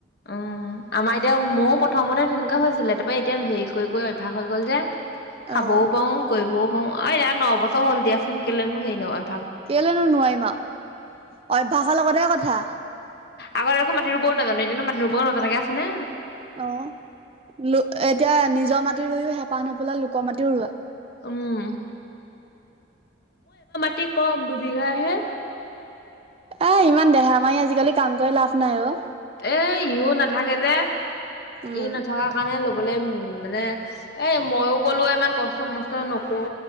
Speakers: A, on the left; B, on the right.
A: উম আমাৰ এতিয়া ময়ো প্ৰথমতে তেনেকুৱা হৈছিলে। তাপা এতিয়া হেই কই কই অভ্যাস হৈ গল যে। খাবও
B: অ',
A: পাও কইবও পাও অইয়া নবছৰ হ'ল দিয়াচোন কেলেনো হেই নকৈ।
B: কেলেনো নোৱাইম আও অভ্যাসৰ লগতে কথা।
A: আগত একো মাটি ৰুবও নাজানে এটিয়ানো মাটি ৰুব নাজনাকে আছেনে।
B: অ লোএতিয়া নিজৰ মাটি ৰুইও হেঁপাহ নপেলা লোকৰ মাটিও ৰোৱা।
A: উম তি কম দুবিঘা হে।
B: এ ইমান দেহা মাই আজিকালি কাম কৰি লাভ নাই অ।
A: এ ইও নাথাকে যে ই
B: উম।
A: নথাকাৰ কাৰণে ল-। বলে মানে এ মইও কলো ইমান কষ্ট মষ্ট নকৰো